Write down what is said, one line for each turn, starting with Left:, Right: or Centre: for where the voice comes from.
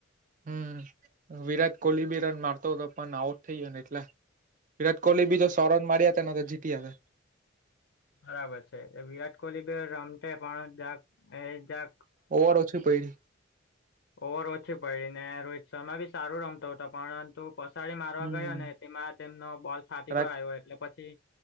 Right: હમ, વિરાટ કોહલી બી રન મારતો તો, પણ આઉટ થઈ ગયોને એટલે. વિરાટ કોહલી બી તો સોરન મારી્યા હતાને તો જીતીયા
Left: બરાબર છે વિરાટ કોહલી બ રમતે પણ જક એ જાક
Right: ઓવર ઓછી પૈડી
Left: ઓવર ઓછી પૈડી ને રોહિત શર્મા બી સારું રમતોતો પરંતુ પસાડી મારવા
Right: હમ
Left: ગયો ને તેમાં તેમનો બોલ ફાટી
Right: જરાક
Left: પર આવ્યો એટલે પછી